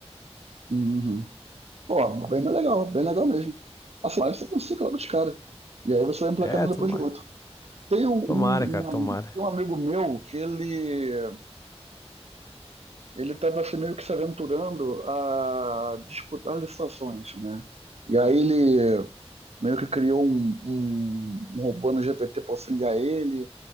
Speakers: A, on the right (about 70°); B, on the left (about 30°).
A: Uhum. Pô, bem legal, bem legal mesmo. Assim, parece que você consegue logo de cara. E aí você vai emplacando
B: É,
A: um
B: tomara.
A: depois do outro. Tem um, um-
B: Tomara, cara, tomara.
A: um- tem um amigo meu que ele ele estava assim, meio que se aventurando a disputar licitações, né? E aí ele meio que criou um, um, um robô no GPT para auxiliar ele,